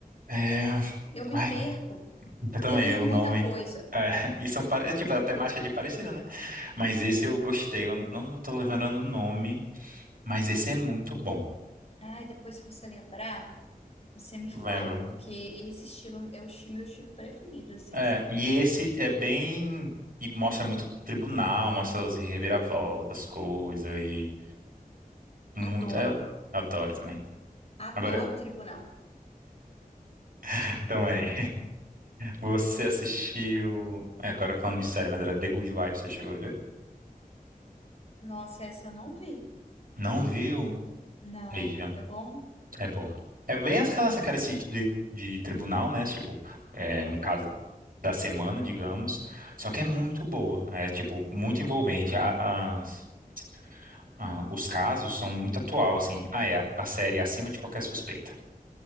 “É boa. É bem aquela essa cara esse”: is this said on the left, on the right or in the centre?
Right